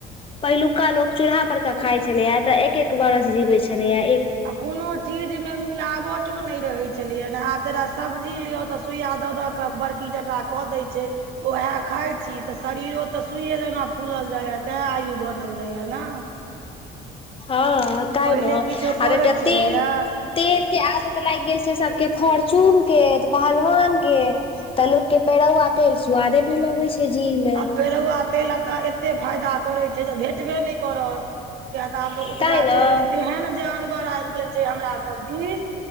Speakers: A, on the left; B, on the right.
A: पहिलुका लोक चूल्हा पर के खाय छलैये तऽ एक एक बरस जीवै छलैए।
B: आ कोनो चीज मे मिलावट तो नै रहै छलैये ने आब जे सब्जी लियऽ तऽ सुइया दऽ दऽ के बड़ की टटा कऽ दै छै। वैह खाय छी तऽ शरीरो तऽ सुइए जेना फूलल जायए तें आयु घट टल जाइये ने।
A: हँ तै
B: पहिले
A: ने,
B: किछो पड़ै
A: आ नै ते
B: छलैया
A: तेल तेल के आग त लागि गेल छै सबके फोर्चून के पहलवान के तऽ लोक के पेड़ौआ तेल के स्वादे नै लगैत छै जीह में।
B: आ पेरौआ तेल आ तऽ एते फायदा करैत छै जे भेटबे नै करत। किया तऽ आब तऽ उपजा
A: तैं ने
B: चलि गेलै तेहन जानवर आबि गेल छै हमरा सभ दिस।